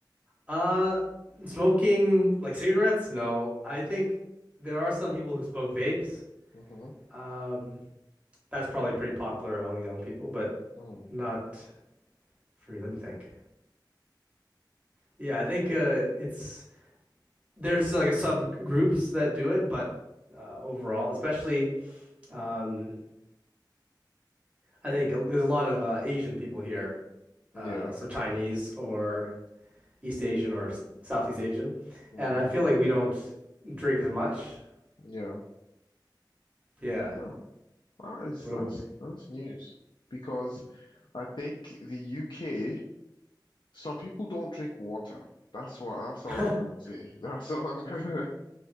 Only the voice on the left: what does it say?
Mm-hmm.
Mm.
Yeah.
Mm.
Yeah.
Oh, that is
that's that's news. Because I think the UK, some people don't drink water. That's what that's all
I'm gonna
say. <laughs> That's all I'm gonna